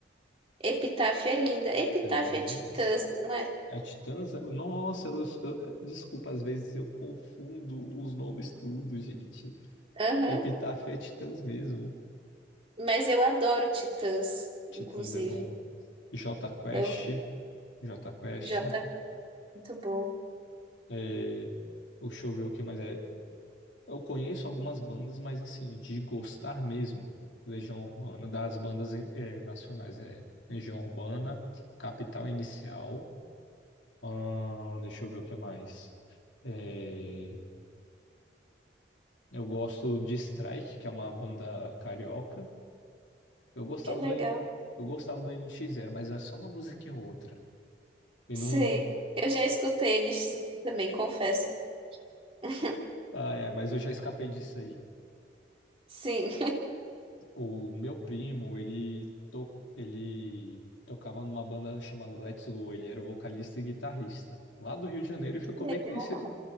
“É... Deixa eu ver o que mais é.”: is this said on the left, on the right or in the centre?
Left